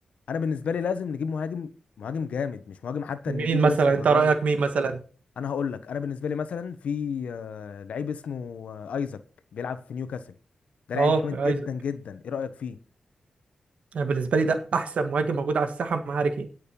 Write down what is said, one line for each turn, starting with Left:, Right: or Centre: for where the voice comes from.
Left: انا بالنسبه لي لازم نجيب مهاجم مهاجم جامد مش مهاجم حتى
Right: مين
Left: نجيبه
Right: مثلا
Left: لسه نجربه
Right: انت رايك مين مثلا
Left: انا هقول لك انا بالنسبه لي مثلا في آه، لعيب اسمه آه، ايزاك بيلعب في نيوكاسل ده لعيب
Right: اه
Left: جامد جدا
Right: ايزك
Left: جدا ايه رايك فيه
Right: انا بالنسبه لي ده احسن مهاجم موجود على الساحه مع هاري كين